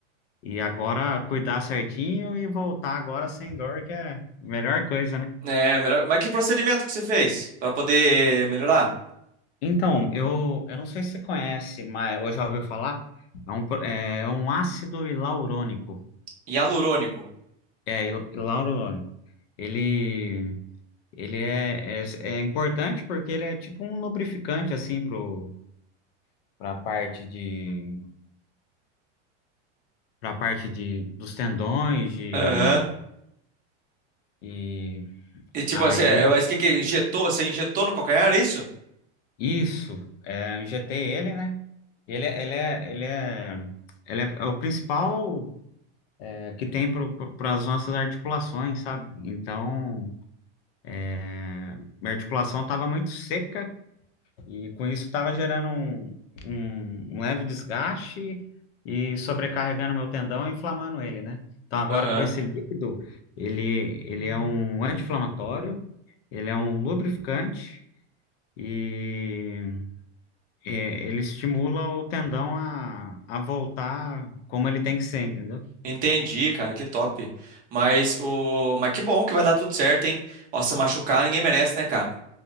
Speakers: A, on the left; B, on the right.
A: E agora cuidar certinho e voltar agora sem dor, que é a melhor coisa, né?
B: É, melhor. Mas que procedimento que você fez pra poder melhorar?
A: Então, eu, eu não sei se você conhece, mas ou já ouviu falar, é um, pro- é um ácido hialurônico.
B: Hialurônico.
A: É, e Lauro, Lone. ele, ele é, é, é importante porque ele é tipo um lubrificante, assim, pro, para parte de, para parte de, dos tendões, de,
B: Aham.
A: e
B: E tipo
A: aí,
B: assim, é-
A: é
B: mas o que que injetou? Você injetou no calcanhar, é isso?
A: isso, é, injetei ele, né? Ele, é- ele é, ele é, ele é o principal é, que tem para as nossas articulações, sabe? Então, é, minha articulação estava muito seca, E com isso estava gerando um, um, um leve desgaste e sobrecarregando meu tendão e inflamando ele, né? Então agora
B: Aham.
A: com esse líquido, ele, ele é um anti-inflamatório, ele é um lubrificante e é, ele estimula o tendão a, a voltar como ele tem que ser, entendeu?
B: Entendi, cara, que top. Mas o, mas que bom que vai dar tudo certo, hein? Nossa, machucar ninguém merece, né, cara?